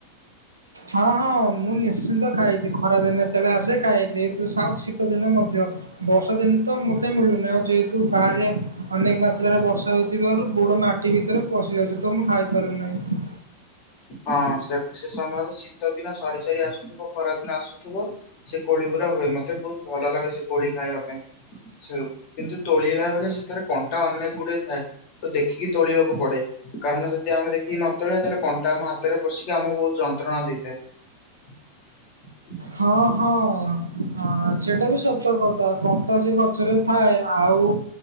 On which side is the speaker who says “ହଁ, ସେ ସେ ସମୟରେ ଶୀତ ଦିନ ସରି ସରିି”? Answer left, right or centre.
Left